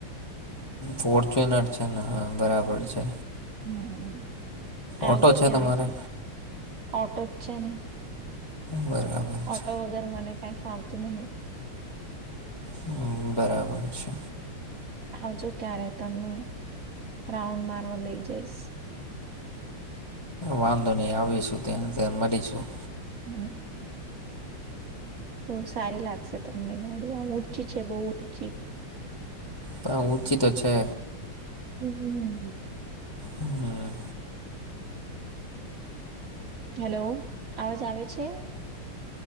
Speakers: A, on the left; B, on the right.
A: ફોર્ચુનર છે ને હા બરાબર
B: હમ્મ.
A: છે.
B: હમ આવજો
A: ઓટો છે
B: ક્યારે
A: તમારે
B: ઓટો જ છે ને.
A: બરાબર.
B: ઓટો
A: છે
B: વગેર મને કઈ ફાવતું નહી.
A: હમ બરાબર છે.
B: આવજો ક્યારે તમને રાઉન્ડ મારવા લઇ જઈશ.
A: વાંધો નહી આવીશું ત્યાંજ મળીશું.
B: હમ. બહુ સારી લાગશે તમને ગાડી આમ ઊંચી છે બહુ ઊંચી.
A: પણ ઊંચી તો છે.
B: હમ હમ.
A: હમ.
B: હેલો અવાજ આવે છે.